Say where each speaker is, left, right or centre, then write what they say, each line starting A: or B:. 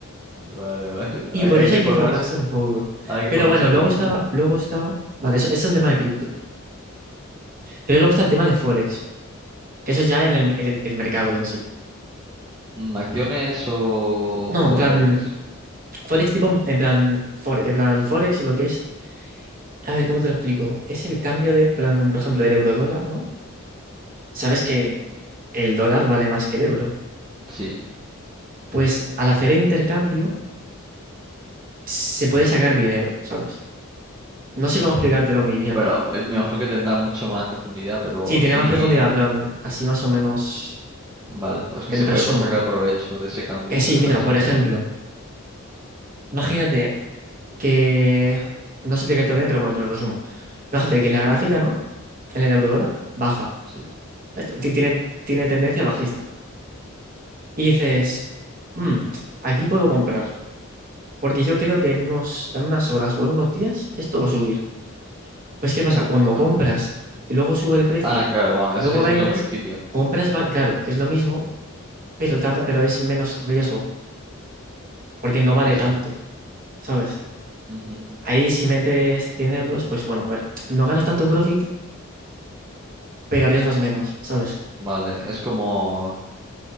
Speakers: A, on the right (about 20°); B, on the right (about 40°).
A: Vale, vale. vale,
B: Y
A: Hay,
B: por eso
A: hay que
B: hay que
A: formarse,
B: informarse un poco.
A: hay que
B: Pero
A: formarse
B: bueno,
A: un
B: luego
A: poquito.
B: está, luego está... Vale, eso, eso es un tema de cripto. Pero luego está el tema de Forex, que eso es ya en el, el el mercado en sí.
A: Mm, ¿Acciones o,
B: No,
A: o
B: en
A: a
B: plan,
A: qué te refieres?
B: Forex tipo, en plan, fore- en plan, el Forex, lo que es A ver, ¿cómo te lo explico? Es el cambio de, plan, por ejemplo, del euro-dólar, ¿no? Sabes que
A: Mm.
B: el dólar vale más que el euro.
A: Sí.
B: Pues al hacer el intercambio se puede sacar dinero, ¿sabes? No sé
A: Mm,
B: cómo explicártelo muy bien.
A: bueno, eh, no creo que tendrá mucho más profundidad, pero
B: Sí, tiene
A: sí.
B: más profundidad, plan, así más o menos
A: Vale, pues
B: en
A: que se
B: resumen.
A: puede pues, sacar provecho de ese cambio,
B: Que sí,
A: de esa
B: mira,
A: transacción.
B: por ejemplo, imagínate que, no sé explicártelo bien, pero bueno, te lo resumo. Imagínate que en la gráfica, ¿no? En el euro-dólar baja.
A: Sí,
B: Este- ti- Tiene, tiene tendencia bajista. Y dices, "Mm, aquí puedo comprar. Porque yo creo que en, unos, en unas horas o en unos días esto va a subir. Pues ¿qué pasa? Cuando
A: vale.
B: compras y luego sube el precio,
A: Ah, claro, bueno,
B: luego
A: es, es
B: vendes,
A: el mismo principio.
B: compras, va- claro, es lo mismo, pero tarda, pero es menos riesgo, porque no vale
A: Es,
B: tanto, ¿sabes?
A: ujú,
B: Ahí si metes 100 euros, pues bueno, a ver, no ganas tanto profit, pero arriesgas menos, ¿sabes?
A: vale, es como.